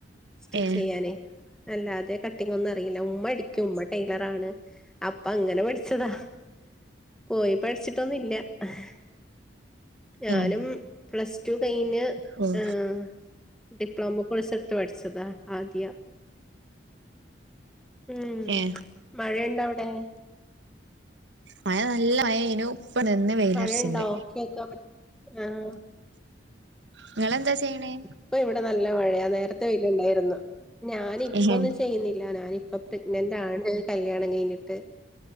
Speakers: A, in the centre; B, on the right.
A: സ്റ്റിച്ച്
B: ഏ
A: ചെയ്യാനേ അല്ലാതെ കട്ടിംഗ് ഒന്നും അറിയില്ല ഉമ്മ അടിക്കും ഉമ്മ ടൈലർ ആണ് അപ്പ അങ്ങനെ പഠിച്ചതാ പോയി പഠിച്ചിട്ടൊന്നുംല്ല. <inaudible> ഞാനും
B: ഏ
A: പ്ലസ്ടു കഴിഞ്ഞ്
B: ഓ
A: ഹ് ഡിപ്ലോമ കോഴ്സ് എടുത്ത <unintelligible> പഠിച്ചതാ ആകിയ ഉം
B: ഏ
A: മഴയുണ്ടോ അവിടെ?
B: മഴ നല്ല മഴേനു ഇപ്പ നിന്ന്. വെയിലറച്ചിണ്ട്
A: മഴയുണ്ടോ? കേക്കാൻ പ ആഹ്
B: ഇങ്ങളെന്താ ചെയ്യണേ
A: ഇപ്പ ഇവിടെ നല്ല മഴയാ, നേരത്തെ വേയിലുണ്ടായിരുന്നു. ഞാന് ഇപ്പൊന്നും
B: ഏ
A: ചെയ്യുന്നില്ല, ഞാന് ഇപ്പൊ പ്രഗ്നന്റ് ആണ് കല്യാണം കഴിഞ്ഞിട്ട്.